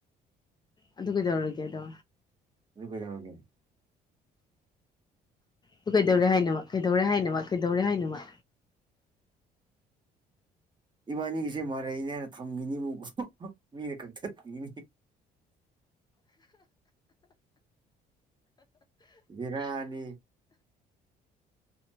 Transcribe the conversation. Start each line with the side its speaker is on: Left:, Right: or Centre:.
Left: ꯑꯗꯨ ꯀꯩꯗꯧꯔꯒꯦ ꯑꯗꯣ
Right: ꯑꯗꯨ ꯀꯩꯗꯧꫪꯒꯦ
Left: ꯑꯗꯨ ꯀꯩꯗꯧꯔꯦ ꯍꯥꯏꯅꯣꯕ ꯀꯩꯗꯧꯔꯦ ꯍꯥꯏꯅꯣꯕ ꯀꯩꯗꯧꯔꯦ ꯍꯥꯏꯅꫭꯕ
Right: ꯏꯕꯥꯅꯤꯒꯤꯁꯦ ꯃꯔꯩꯅꯦ ꯍꯥꯏꯅ ꯊꯝꯈꯤꯅꯤꯕꫭ ꯃꯤꯅ ꯀꯛꯊꯠꯄꯤꯒꯤꯅꯤ ꯕꯦꯔꯥꯅꯤ